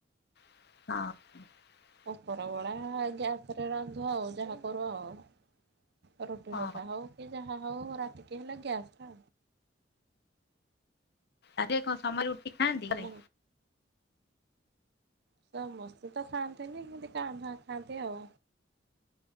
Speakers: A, on the left; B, on the right.
A: <unintelligible>
B: ଉପର ବଳା ଗ୍ୟାସ ରେ ରାନ୍ଧୁ ଆଉ ଯାହା କରୁ ଆଉ। ରୁଟି ରୁଟା
A: ହଁ
B: ହଉ କି ଜାହା ହଉ ରାତି କି ହେଲେ ଗ୍ୟାସ୍ ଟା।
A: ଆଗେ କଣ ସମ‌ଏ ରୁଟି ଖାଇନ୍ତି
B: ତମ
A: ଘରେ?
B: ସମସ୍ତେ ତ ଖାଆନ୍ତିନି କିମତି କାଁଆ ଭାଁଆ ଖାଆନ୍ତି ଆଉ।